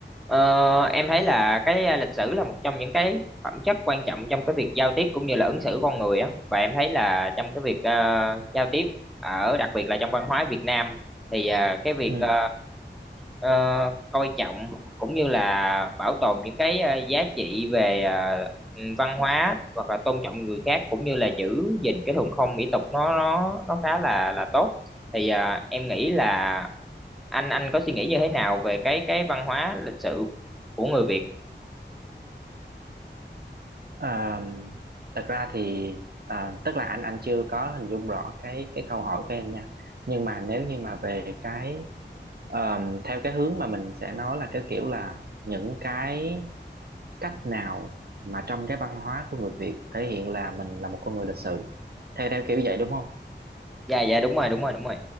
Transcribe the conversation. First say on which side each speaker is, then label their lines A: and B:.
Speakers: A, in the centre; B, on the right.
A: Ờ, em thấy là cái à, lịch sử là một trong những cái phẩm chất quan trọng trong cái việc giao tiếp cũng như là ứng xử con người á và em thấy là trong cái việc ờ, giao tiếp à, ở đặc biệt là trong văn hóa Việt Nam thì à, cái việc
B: Ừ.
A: ờ, ờ, coi trọng cũng như là bảo tồn những cái ờ, giá trị về ờ, ừ, văn hóa hoặc là tôn trọng người khác cũng như là giữ gìn cái thuần phong mỹ tục nó nó nó khá là là tốt thì ờ, em nghĩ là anh anh có suy nghĩ như thế nào về cái cái văn hóa lịch sự của người Việt
B: À, thật ra thì à, tức là anh anh chưa có hình dung rõ cái cái câu hỏi của em nha nhưng mà nếu như mà về cái ờm, theo cái hướng mà mình sẽ nói là cái kiểu là những cái cách nào mà trong cái văn hóa của người Việt thể hiện là mình là một con người lịch sự theo theo kiểu vậy đúng không
A: dạ dạ đúng rồi đúng rồi đúng rồi